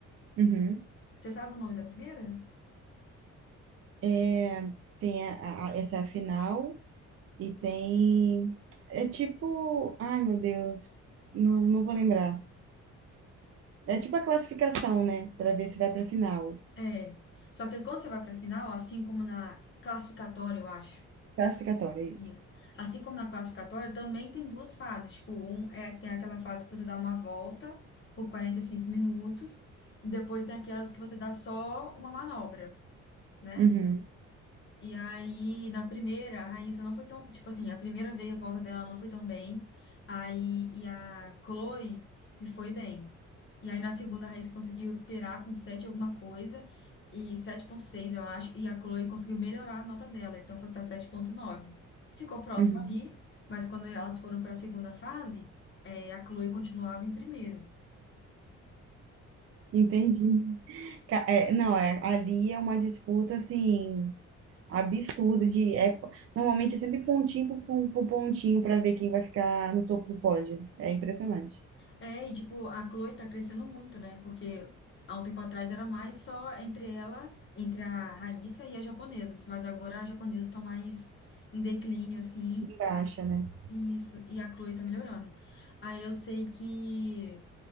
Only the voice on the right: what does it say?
Uhum.
É, tem a, a- essa é a final, E tem. É tipo. Ai, meu Deus. Não, não vou lembrar. É tipo a classificação, né? Pra ver se vai pra final.
Classificatória, é isso.
Uhum,
uhum.
Entendi. Ca- é, não, é, ali é uma disputa, assim, absurda de. É, normalmente é sempre pontinho por, pon- por pontinho para ver quem vai ficar no topo do pódio. É impressionante.
Em Baixa, né?